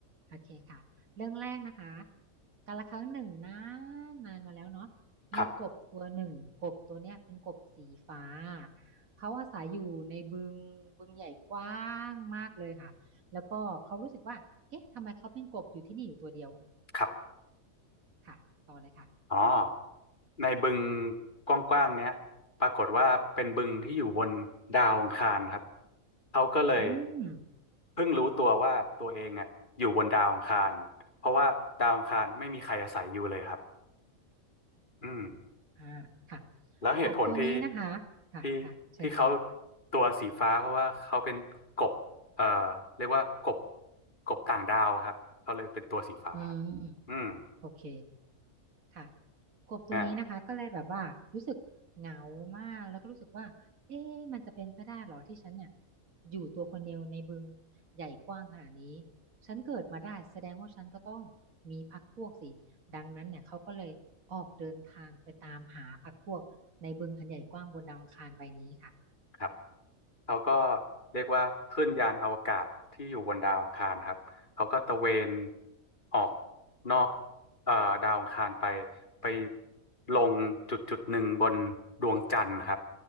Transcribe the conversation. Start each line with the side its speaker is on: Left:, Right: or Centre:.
Right: โอเคค่ะเรื่องแรกนะคะกาละครั้งหนึ่งนานนานมาแล้วเนาะมีกบตัวหนึ่งกบตัวเนี้ยเป็นกบสีฟ้า
Left: ครับ
Right: เขาอาศัยอยู่ในบึงบึงใหญ่กว้างมากเลยค่ะแล้วก็เขารู้สึกว่าเอ๊ะทำไมเขาเป็นกบอยู่ที่นี่อยู่ตัวเดียว
Left: ครับ
Right: ค่ะต่อเลยค่ะ
Left: อ๋อในบึงกว้างๆเนี้ยปรากฏว่าเป็นบึงที่อยู่บนดาวอังคารครับเขาก็เลย
Right: อืม
Left: เพิ่งรู้ตัวว่าตัวเองอ่ะอยู่บนดาวอังคารเพราะว่าดาวอังคารไม่มีใครอาศัยอยู่เลยครับอืม
Right: อ่าค่ะ
Left: แล้วเหตุผลที่
Right: กบตัวนี้นะคะค่ะค่ะเชิญต่อเลยค่ะ
Left: ที่ที่เขาตัวสีฟ้าเพราะว่าเขาเป็นกบเอ่อเรียกว่ากบกบต่างดาวครับเขาเลยเป็นตัวสีฟ้า
Right: อืม
Left: อืม
Right: โอเค ค่ะกบตัวนี้นะคะก็เลยแบบว่ารู้สึกเหงามากแล้วก็รู้สึกว่าเอ๊ะมันจะเป็นไปได้เหรอที่ฉันเนี่ย
Left: เนี่ย
Right: อยู่ตัวคนเดียวในบึงใหญ่กว้างขนาดนี้ฉันเกิดมาได้แสดงว่าฉันก็ต้องมีพรรคพวกสิดังนั้นเนี่ยเขาก็เลยออกเดินทางไปตามหาพรรคพวกในบึงอันใหญ่กว้างบนดาวอังคารใบนี้ค่ะ
Left: ครับเขาก็เรียกว่าขึ้นยานอวกาศที่อยู่บนดาวอังคารครับเขาก็ตระเวนออกนอกเอ่อดาวอังคารไปไปลงจุดจุดหนึ่งบนดวงจันทร์ครับ